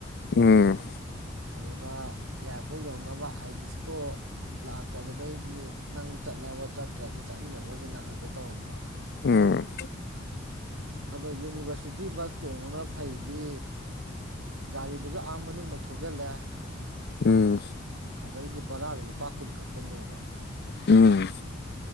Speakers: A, on the left; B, on the right.
A: ꯎꯝ
B: ꯑꯗꯨꯗ ꯌꯥꯔꯄꯣꯛ ꯌꯧꯅꯕ ꯑꯥꯏꯗꯤ ꯁ꯭ꯇꯣꯛ ꯂꯥꯛꯇꯕꯗꯩꯗꯤ ꯅꯪ ꯆꯠꯂꯕ ꯆꯠꯇ꯭ꯔꯗꯤ ꯆꯠꯃꯤꯟꯅꯒ꯭ꯔꯁꯤꯅ ꯍꯪꯒꯦ ꯇꯧꯔꯝꯕ
A: ꯎꯝ
B: ꯑꯗꯣ ꯌꯨꯅꯤꯚꯔꯁꯤꯇꯤ ꯕꯁ ꯇꯣꯡꯕꯅ ꯐꯩꯗꯤ ꯒꯥꯔꯤꯗꯨꯁꯨ ꯑꯥ ꯃꯅꯨꯡꯐꯧ ꯊꯧꯖꯤꯜꯂꯦ
A: ꯎꯝ
B: ꯑꯗꯩꯗꯤ ꯕꯔꯥꯖꯨ ꯂꯨꯄꯥ ꯀꯨꯟ ꯈꯛꯇꯅꯦꯕ
A: ꯎꯝ